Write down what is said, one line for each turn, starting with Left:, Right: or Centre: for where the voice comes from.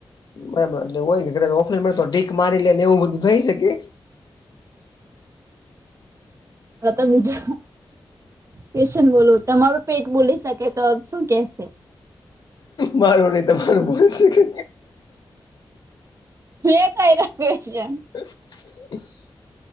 Left: બરાબર એટલે હોય કદાચ ઓફલાઈન મળે તો ઢીક મારી લે ને એવું બધું થઈ શકે.
Right: હ તો બીજું કેશન બોલું તમારું. પેટ બોલી શકે તો શું કેશે
Left: મારું નઈ તમારું બોલશે કે
Right: <unintelligible>
Left: <inaudible>